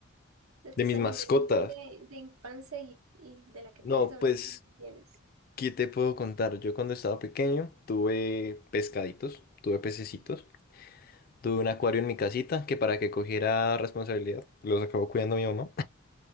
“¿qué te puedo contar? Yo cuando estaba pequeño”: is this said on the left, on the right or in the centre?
Left